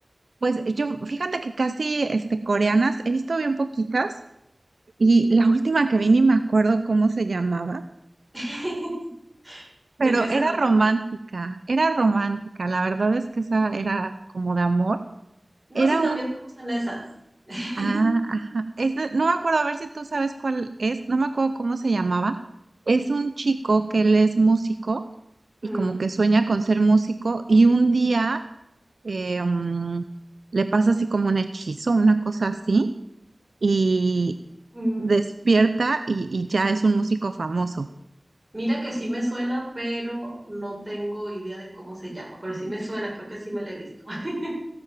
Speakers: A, on the right; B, on the right.
A: pues yo, fíjate que casi este, coreanas, he visto bien poquitas y la última que
B: Sí.
A: vi ni me acuerdo cómo se llamaba,
B: <laughs>
A: pero
B: ¿De qué se
A: era
B: trataba?
A: romántica, era romántica, la verdad es que esa era como de amor,
B: No,
A: era
B: sí, también
A: un,
B: me gustan esas. <laughs>
A: ah, ajá, es de- no me acuerdo, a ver si tú sabes cuál es, no me acuerdo cómo se llamaba, es un chico que él es músico y
B: Mm,
A: como que sueña con ser músico y un día eh, mm, le pasa así como un hechizo, una cosa así, y
B: mm,
A: despierta y, y ya es un músico famoso.
B: mira que sí me suena, pero no tengo idea de cómo se llama, pero sí me suena, creo que sí me la he visto. <laughs>